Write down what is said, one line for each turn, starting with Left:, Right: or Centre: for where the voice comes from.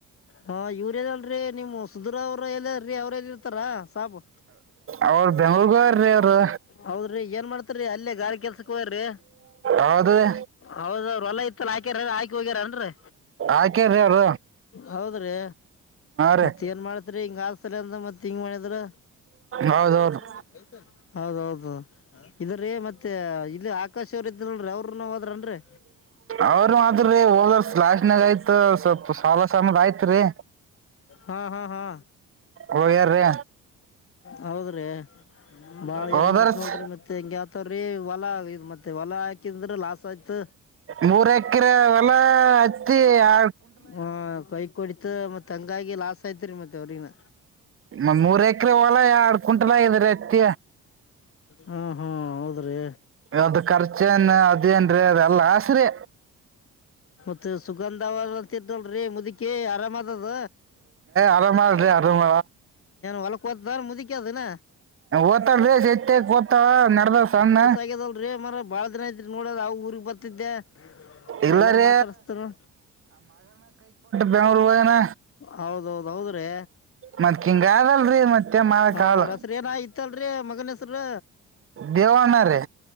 Left: ಹಾ ಇವ್ರೇನಲ್ರರಿ ನಿಮ್ಮ ಸುಧುರ ಅವರು ಎಲ್ಲಾರೀ ಅವ್ರಲ್ಲಿ ಇರ್ತಾರ ಸಾಬು
Right: ಅವ ಬ ಅವ್ರು
Left: ಹೌದ್ರಿ ಏನ್ ಮಾಡ್ತರಿ ಅಲ್ಲೇ ಗಾರಿ ಕೆಲ್ಸಕ್ ಹೋಗ್ಯಾರಿ
Right: ಹೌದ್ರಿ
Left: ಹೌದ ಅವ್ರರು ಎಲ್ಲಾ ಇತ್ತ ಹಾಕ್ಯಾರ ಹಾಕಿ ಹೋಗ್ಯಾರನ್ರೀ
Right: ಆಕ್ರಿ ಅವ
Left: ಹೌದ್ರೀ
Right: ರೀ
Left: ಮತ್ತ್ ಏನ್ ಮಾಡತ್ರಿ ಹಿಂಗ ಆತಲ ಅಂದ ಮತ್ ಹಿಂಗ್ ಮಾಡಿದ್ರ
Right: ಹೌದೌದು
Left: ನಂಗಸ ಹೌದೌದು ಇದ್ರೀ ಮತ್ತೆ ಇಲ್ಲಿ ಆಕಾಶವರು ಇದ್ದಲ್ರರಿ ಅವರು ನಾವದ್ರನ್ರರಿ
Right: ಅವರು ಮಾತ್ರರಿ ಹೋದ ಲಲಾಶನ್ಗ ಆಯ್ತ ಸ್ವಲ್ ಸಾಲ ಸಮದ ಆಯ್ತ್ ರೀ
Left: ಹಾ ಹಾ ಹಾ
Right: ಹ ಯಾರ ರೀ
Left: ಹೌದ್ರೀ ಬಾಳ
Right: ಹೋದರ್ಸ್
Left: ಏನ್ ಮಾಡತ್ ನೋಡ್ರಿ ಮತ್ತೆ ಹೆಂಗ ಆತವ್ರೀ ಹೊಲ್ ಮತ್ತೆ ಹೊಲ ಹಾಕಿದಂದ್ರ ಲಾಸ್ ಆಯ್ತ
Right: ಮೂರ್ ಎಕರೆ ಹೊಲ ಹತ್ತಿ ಆ
Left: ಹಾ ಕೈ ಕುಡಿತ ಮತ್ ಹಂಗಾಗಿ ಲಾಸ್ ಐತ್ರಿ ಮತ್ತೆ ಅವ್ರಗಿನ
Right: ಮ್ ಮೂರ್ ಎಕರೆ ಹೊಲ ಎರಡ್ ಕುಂಟಲ್ ಆಗಿದ್ರ ಅತ್ತ
Left: ಹ್ಮ್ ಹ್ಮ್ ಹೌದ್ರಿ
Right: ಅದ ಖರ್ಚೇನ್ ಅೇನ್ೀ ಅದೆಲ್ಲ ಆಸ್ರೆ
Left: ಮ ಸುಗಂಧ ಅವತ್ತ್ದವಳ್ರೀ ಮುದಕಿ ಆರಾಮ್ದದ
Right: ಅರ ಮಾಡ ರೀ ಅರಮ
Left: ಹೊಲಕ್ ಹೋತದಾನ್ ಮುದುಕಿ ಅದಿನ
Right: ಓತ ತೆ ಕತ ನಡದ ಸಣ್ಣ
Left: ಆಗ್ಯದಲ್ರಿೀ ಮರ ಬಾಳ ಜನ ಐತ್ರಿ ನೋಡದ ಅವ ಊಗ್ ಬರ್ತಿದ್ದೆ
Right: ಇಲ್ಲಾರ
Left: ಎಲ್ಲಾರು ಮಾತಾಡಸ್ತಾರ
Right: ಬೆಂಗ್ಳೂರ್ ಹೋಗನ
Left: ಹೌದೌದ್ ಹೌದ್ರೀ
Right: ಮತ್ ಹಿಂಗ ಅದಲ್ರಿ ಮತ್ತೆ ಮಾಡಕ್
Left: ಹಾ
Right: ಆಗಲ್ಲ
Left: ಅವ್ರಸ್ರ ಏನ ಇತ್ತಲ್ರಿೀ ಮಗನಸ್ರ
Right: ದೇವಣ್ಣ ರೀ